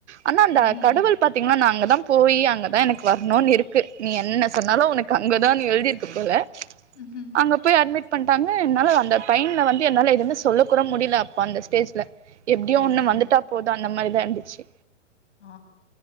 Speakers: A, on the right; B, on the left.
A: ஆனா அந்த
B: ம்ஹ்ம்
A: கடவுள் பாத்தீங்கன்னா நா அங்கதா போய் அங்கதா எனக்கு வரணுன்னு இருக்கு நீ என்ன சொன்னாலு உனக்கு அங்கதான்னு எழுதிருக்கு போல
B: ம்ஹ்ம்
A: அங்க போய் அட்மிட் பண்ட்டாங்க என்னால அந்த டைம்ல வந்து என்னால எதுவுமே சொல்ல கூட முடியல அப்ப அந்த ஸ்டேஜ்ல எப்படியோ
B: ம்
A: ஒண்ணு வந்துட்டா போதும் அந்த மாரிதா இருந்துச்சு
B: ஆ